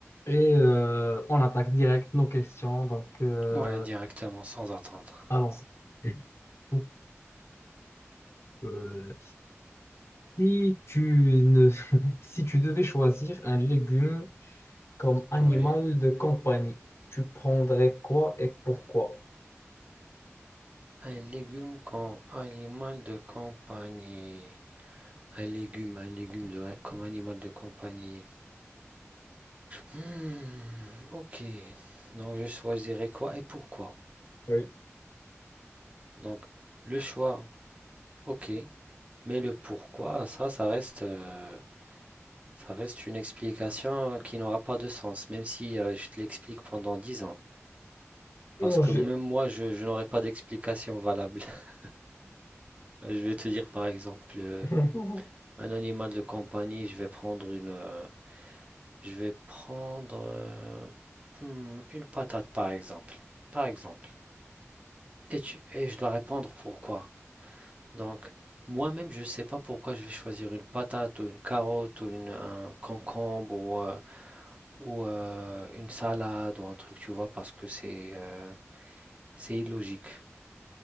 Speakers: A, on the left; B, on the right.
A: Et euh, on attaque direct nos questions. Donc, euh,
B: Ouais, directement, sans attendre.
A: allons-y. Donc, euh, si tu ne... <laughs> si tu devais choisir un légume comme animal
B: Oui.
A: de compagnie, tu prendrais quoi et pourquoi?
B: Un légume comme animal de compagnie. Un légume, un légume de, comme animal de compagnie. Hmm, ok. Donc je choisirais quoi et pourquoi?
A: Oui.
B: Donc le choix, ok. Mais le pourquoi, ça, ça reste, euh, ça reste une explication qui n'aura pas de sens, même si euh, je te l'explique pendant 10 ans.
A: Mon
B: Parce que
A: Dieu.
B: même moi, je, je n'aurai pas d'explication valable. <laughs> Je vais te dire par exemple. euh,
A: <laughs>
B: Un animal de compagnie, je vais prendre une, euh, je vais prendre euh, hmm, une patate par exemple. Par exemple. Et tu, et je dois répondre pourquoi. Donc, moi-même, je ne sais pas pourquoi je vais choisir une patate ou une carotte ou une, un concombre ou, euh, ou, euh, une salade ou un truc, tu vois, parce que c'est euh, c'est illogique.